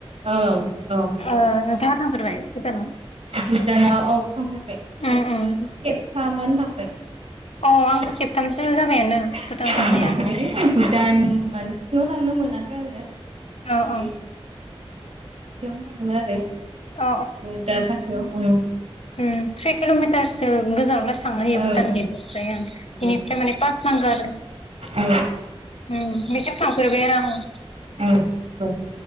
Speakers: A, on the right; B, on the left.
A: ओं औ
B: ओ नोंथाङा थांफेरबाय? भुटानाव
A: भुटानाव, औ थांफेरबाय
B: उम
A: आङो
B: उम
A: खेबथामानो थां बाय।
B: अ
A: <unintelligible>
B: आंबो खेबथामसो जाबायानो भुटानाव थांनाया
A: भुटान मानि सिङाव थांनो मोन <unintelligible> आरो
B: औ
A: बे
B: औ
A: माने खाथियावनो थाङो आरो
B: औ
A: बरदार खाथियाव ओम
B: ओम थ्रि किल'मिटारसो <unintelligible> थांनो होयो
A: ओं
B: भुटान गेटनिफ्राय ओम बेनिफ्राय माने पास नांगौ आरो
A: ओं औ
B: ओम बेसिम थांफेरबाय आरो आङो
A: औ आंबो